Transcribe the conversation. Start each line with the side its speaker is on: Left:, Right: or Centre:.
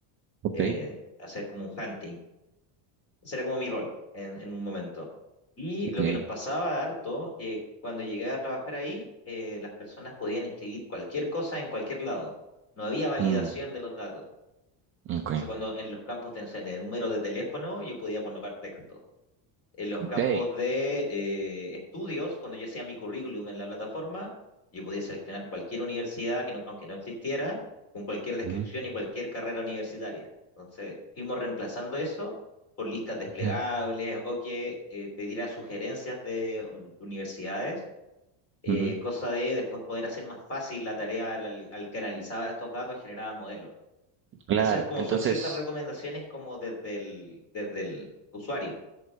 Right: ok,
Left: Eh, hacer como un hunting, ese era como mi rol en, en un momento. Y
Right: ok,
Left: lo que nos pasaba harto, que cuando llegué a trabajar ahí, eh, las personas podían escribir cualquier cosa en cualquier lado. No había validación
Right: mm,
Left: de los datos.
Right: ok,
Left: Entonces, cuando en los campos de, no sé, de número de teléfono, yo podía colocar texto en los
Right: ok,
Left: campos de eh, estudios, cuando yo hacía mi currículum en la plataforma, yo podía seleccionar cualquier universidad, que no- aunque no existiera, con cualquier descripción
Right: ujú,
Left: y cualquier carrera universitaria. Entonces, fuimos reemplazando eso por listas desplegables
Right: ok,
Left: o que eh, te diera sugerencias de un- universidades, eh,
Right: ujú.
Left: cosa de después poder hacer más fácil la tarea al, al canalizar estos datos, generaba modelos.
Right: Claro,
Left: Eso es como
Right: entonces
Left: son ciertas recomendaciones como desde el, desde el usuario.